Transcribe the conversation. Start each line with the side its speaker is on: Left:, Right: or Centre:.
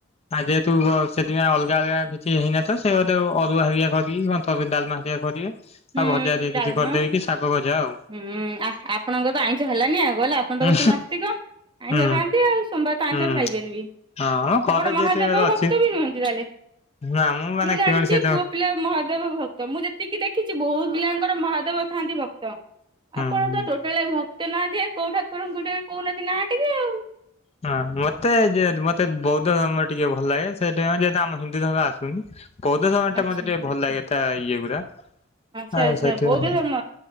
Left: ଆଜି ଯେହେତୁ ସେଥିପାଇଁ ଅଲଗା ଅଲଗା କିଛି ହେଇନଥିବ ସେଇ ବୋଧେ ଅରୁଆ ହରିକା କରିକି <unintelligible> ଡାଲମା। ଠିଆ କରିବେ।
Right: ହୁଁ
Left: ଆଉ ଭଜା ହେରିକା
Right: ଡାଲମା,
Left: କିଛି କରିଦେବେ କି ଶାଗ ଭଜା ଆଉ
Right: ହୁଁ ଆ ଆପଣଙ୍କର ତ ଆଇଁଷ ହେଲାନି ଆଉ। ଗଲା ଆପଣ ତ
Left: ହୁଁ
Right: କହୁଛନ୍ତୀ ନାସ୍ତିକ, ଆଇଁସ
Left: ହୁଁ
Right: ଖାଆନ୍ତି ଆଉ ସୋମବାର ତ ଆଇଁସ
Left: ହୁଁ।
Right: ଖାଇବେନି ବି।
Left: ହଁ ଘରେ
Right: ଆପଣ ମହାଦେବ
Left: ଯେହେତୁ ଏବେ ଅଛି
Right: ଭକ୍ତ ବି ନୁହନ୍ତି ତାହେଲେ?
Left: ନା ମାନେ
Right: ମୁଁ ଜାଣିଛି
Left: କିଣଣି ସେ ହୁଁ।
Right: ପୁଅ ପିଲା ମହାଦେବ ଭକ୍ତ। ମୁଁ ଯେତିକି ଦେଖ କିଛି ବହୁତ ପିଲାଙ୍କର ମହାଦେବ ଥାଆନ୍ତି ଭକ୍ତ
Left: ହଁ
Right: ଆପଣ ତ ଟୋଟାଲ ଭକ୍ତ ନାହାନ୍ତି। କୋଉଠାକୁରଙ୍କୁ ଟିକେ କୋଉନନ୍ତି ନାଁ? ଟିକେ ଆଉ।
Left: ହଁ ମତେ ଜେ ମତେ ବୌଦ୍ଧ ଧର୍ମ ଟିକେ ଭଲ ଲାଗେ। ସେଥିପାଇଁ ଯେହେତ ଆମ ହିନ୍ଦୁ ଧର୍ମ ଆସୁନି। ପୌଦ ଧର୍ମ
Right: ଆଚ୍ଛା
Left: ଟା ମତେ ଟିକେ ଭଲ ଲାଗେ ତା ଇଏ ଗୁରା।
Right: ଆଚ୍ଛା
Left: ଆ
Right: ଆଚ୍ଛା
Left: ସେଥି
Right: ବୌଦ୍ଧ
Left: ପାଇଁ।
Right: ଧର୍ମ